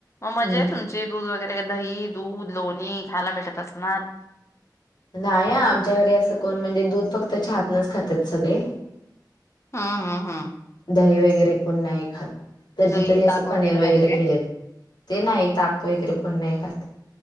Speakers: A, on the left (about 40°); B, on the left (about 70°).
A: अ मजा
B: हम्म.
A: आहे तुमची दूध वगै तग दही, दूध, लोणी खायला भेटत असणार.
B: नाही आमच्या घरी असं कोण म्हणजे दूध फक्त चहातनंच खातात सगळे.
A: हां-हां-हां
B: दही वगैरे कोण नाही खात. कधीतरी
A: दही
B: असं
A: ताक
B: पनीर वगैरे
A: नाही काय?
B: केले त, ते नाही ताक वगैरे कोण नाही खात.